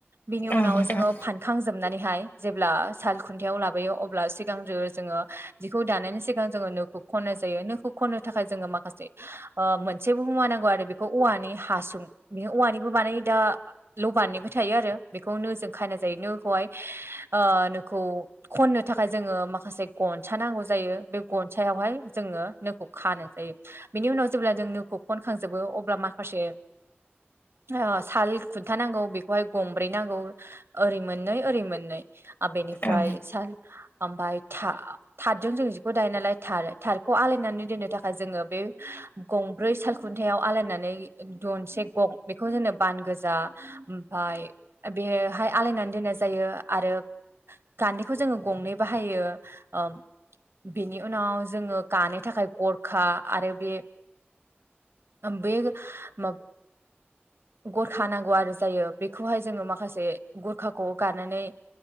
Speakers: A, on the right; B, on the left.
A: बिनि
B: औ
A: उनाव
B: नोंथां
A: जोङो फानखां जोब नानैहाय जेब्ला साल खुन्थायाव लाबो बोयो अब्ला सिगांग्रो जोङो जिखौ दानायनि सिगां जोङो नोखौ खनाय जायो नोखौ खनो थाखाय जोङो माखासे ओ मोनसेबो मुवा नांगौ आरो बेखौ औवानि हासुं बि औवानिबो बानायो दा लबारनिबो थायो आरो बेखौ नोजों खानाय जायो नोखौहाय ओ नोखौ खननो थाखाय जोङो माखासे गनसा नांगौ जायो बे गनसायावहाय जोङो नोखौ खानो जायो बेनि उनाव जेब्ला जोङो नोखौ खनखांजोबो अब्ला माखासे ओ साल खुन्था नांगौ बेखौहाय गंब्रै नांगौ ओरै मोननै ओरै मोननै आ बेनिफ्राय
B: औ
A: साल आमफाय था थाथजों जों जिखौ दायो नालाय थार थारखौ आलायनानै दोननो थाखाय जों जोङो बे गंब्रै सालखुन्थायाव आलायनानै दनसे गं बेखौ जोंनो बानगोज जा ओमफाय बेहाय आलायनानै दोननाय जायो आरो गान्दैखौ जोङो गंनै बाहायो ओम बेनि उनाव जोङो गानो थाखाय गरखा आरो बे बे माब गरखा नांगौ आरो जायो बेखौहाय जोङो माखासे गरखाखौ गारनानै